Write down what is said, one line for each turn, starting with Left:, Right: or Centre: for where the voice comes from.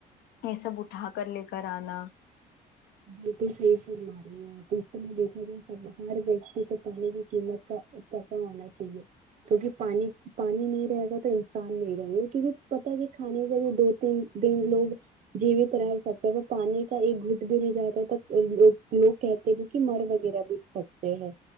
Left: یہ سب اٹھا کر لے کر آنا
Right: بالکل صحیح فرما رہی ہیں بالکل دیکھا جائے سب ہمارے پچوں کو پانی کی قیمت کا پتہ ہونا چاہیے کیونکہ پانی پانی نہیں رہے گا تو انسان نہیں رہیں گا کیونکہ پتا ہے کہ کھانے کا بھی دو تین دن لوگ جیوت رہ سکتے ہیں تو پانی کا ایک گھٹ بھی نہیں جاتا تک لوگ لوگ کہتے بھی کہ مر وغیرہ بھی سکتے ہیں